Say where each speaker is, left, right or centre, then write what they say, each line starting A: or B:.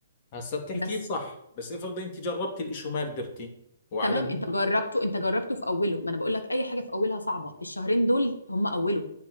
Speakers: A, on the left (about 40°); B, on the left (about 85°).
A: هسا بتحكي
B: بس
A: صح بس افرضي انت جربتي الاشي وما قدرتي وعلى
B: تمام انت جربته انت جربته في اوله ما انا بقول لك اي حاجه في اولها صعبه الشهرين دول هم اوله